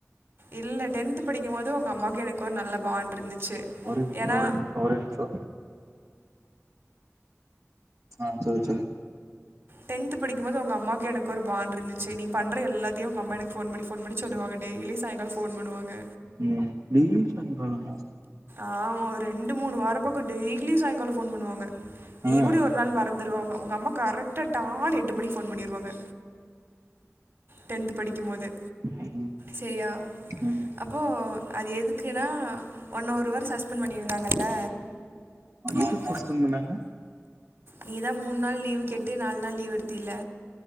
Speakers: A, on the right; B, on the right.
A: இல்ல டென்த் படிக்கும்போது உங்க அம்மாவுக்கு எனக்கு ஒரு நல்ல பான்ட் இருந்துச்சு
B: ஒரே நிமிஷோ
A: ஏன்னா
B: ஒரே நிமிஷோ ஒரே நிம்ஷோ ஆ சொல்லு சொல்லு
A: டென்த படிக்கும்போது உங்க அம்மாவுக்கு எனக்கு ஒரு பான்ட் இருந்துச்சு நீ பண்ற எல்லாத்தையு உங்க அம்மா எனக்கு ஃபோன் பண்ணி ஃபோன் பண்ணி சொல்லுவாங்க டெய்லி சாயங்காலோ ஃபோன் பண்ணுவாங்க
B: ம் டெய்லி பண்றாங்ளா
A: ஆமா ஒரு ரெண்டு மூணு வாரோ பக்கோ டெய்லி சாயங்காலோ ஃபோன் பண்ணுவாங்க நீ
B: ஆ
A: கூட ஒரு நாள் மறந்துருவாங்க உங்க அம்மா கரெக்டா டான்னு எட்டு மணிக்கு ஃபோன் பண்ணிருவாங்க டென்த் படிக்கும்போது
B: ம்
A: செரியா
B: ம்
A: அப் அப்போ அது எதுக்குன்னா ஒன்ன ஒரு வாரோ சஸ்பெண்ட் பண்ணியிருந்தாங்கல்ல
B: எதுக்கு
A: ஆமா
B: சஸ்பெண்ட் பண்ணாங்க
A: நீ தா மூன் நாள் லீவுன் கேட்டு நால் நாள் லீவ் எடுத்தில்ல